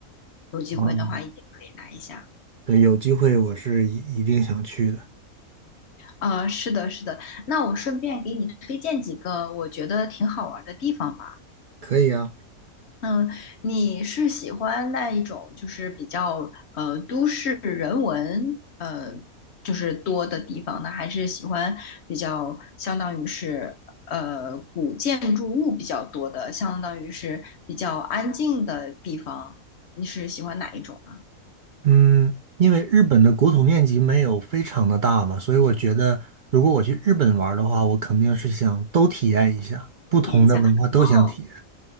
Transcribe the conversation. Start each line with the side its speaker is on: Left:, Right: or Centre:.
Left: 有机会的话，
Right: 嗯，
Left: 一定可以来一下。
Right: 对，有机会我是一一定想去的。
Left: 呃，是的，是的。那我顺便给你推荐几个我觉得挺好玩儿的地方吧。
Right: 可以啊，
Left: 嗯，你是喜欢那一种就是比较呃都市人文呃就是多的地方呢，还是喜欢比较相当于是呃古建筑物比较多的，相当于是比较安静的地方？你是喜欢哪一种呢？
Right: 嗯，因为日本的国土面积没有非常的大嘛，所以我觉得如果我去日本玩儿的话，我肯定是想都体验一下，不同的文化都想体验。
Left: 体验一下。哦，